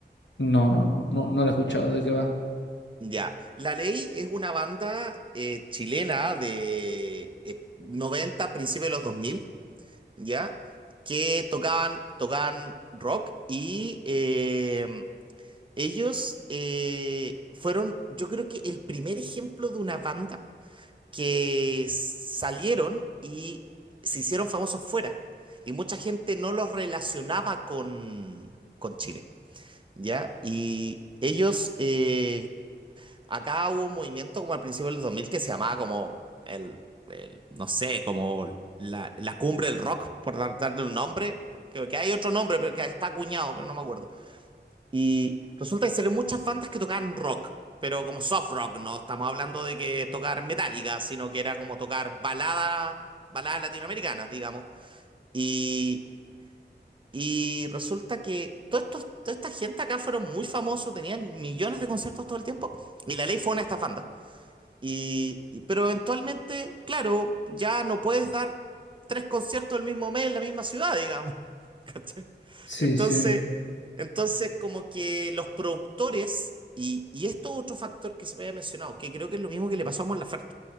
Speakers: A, on the left; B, on the right.
A: No, no, no, no, no lo he escuchado, ¿de qué va?
B: Ya, La Ley es una banda eh, chilena de eh, 90, principios de los 2000, ¿ya? Que tocaban, tocaban rock y eh, ellos eh, fueron, yo creo que el primer ejemplo de una banda que salieron y se hicieron famosos fuera y mucha gente no los relacionaba con, con Chile, ¿ya? Y ellos eh, Acá hubo un movimiento como al principio del 2000 que se llamaba como el, el- no sé, como la, la cumbre del rock, por dar- darle un nombre, porque que hay otro nombre pero que está acuñado, pero no me acuerdo. Y resulta que salieron muchas bandas que tocaban rock, pero como soft rock, no estamos hablando de que tocar metálica, sino que era como tocar baladas, baladas latinoamericanas, digamos. Y, y resulta que todo estos toda esta gente acá fueron muy famosos, tenían millones de conciertos todo el tiempo, y La Ley fue una de estas bandas. Y, y- pero eventualmente, claro, ya no puedes dar tres conciertos el mismo mes en la misma ciudad, digamos. <laughs> ¿Cachai?
A: Sí,
B: Entonces,
A: sí.
B: entonces como que los productores, y, y esto es otro factor que se me había mencionado, que creo que es lo mismo que le pasó a Mon Laferte,